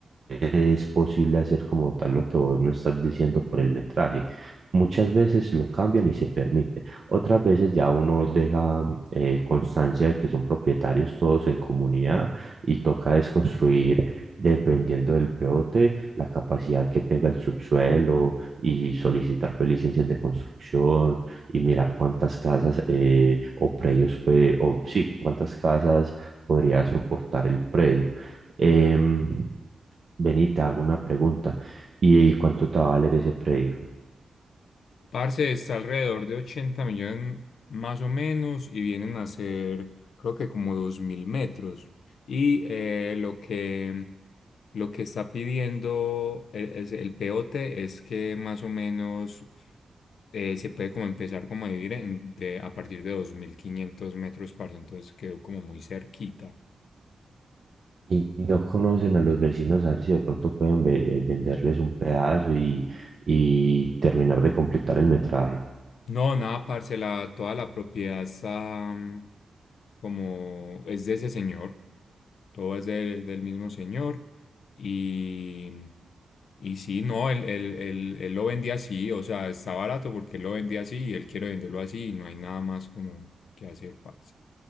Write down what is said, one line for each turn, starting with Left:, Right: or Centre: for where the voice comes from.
Right: es posible hacer como tal lo que vos me estás diciendo por el metraje. Muchas veces lo cambian y se permite. Otras veces ya uno deja eh, constancia de que son propietarios todos en comunidad y toca desconstruir, dependiendo del POT, la capacidad que tenga el subsuelo y solicitar pues, licencias de construcción y mirar cuántas casas eh, o predios, eh, o sí, cuántas casas podría soportar el predio. Em, ven te hago una pregunta. ¿Y, y cuánto te va a valer ese predio?
Left: Parce, está alrededor de 80 millones más o menos y vienen a ser, creo que como 2.000 metros. Y eh, lo que, lo que está pidiendo el, es- el POT es que más o menos eh, se puede como empezar como a vivir en- de, a partir de 2.500 metros, parce. Entonces quedó como muy cerquita.
Right: Y no conocen a los vecinos a ver si de pronto pueden ve- eh, venderles un pedazo y, y terminar de completar el metraje.
Left: No, nada, parce, la- toda la propiedad está mm, como es de ese señor. todo es del, del mismo señor. Y, y sí, no, él, él, él, él lo vendía así, o sea, está barato porque él lo vendía así y él quiere venderlo así y no hay nada más como que hacer, parce.